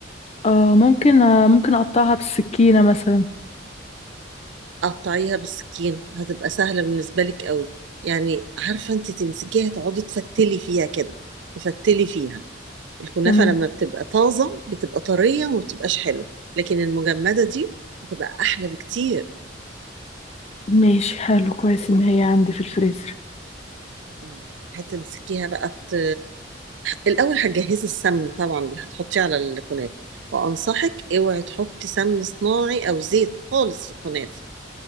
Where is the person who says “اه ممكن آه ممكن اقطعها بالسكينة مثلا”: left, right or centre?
Left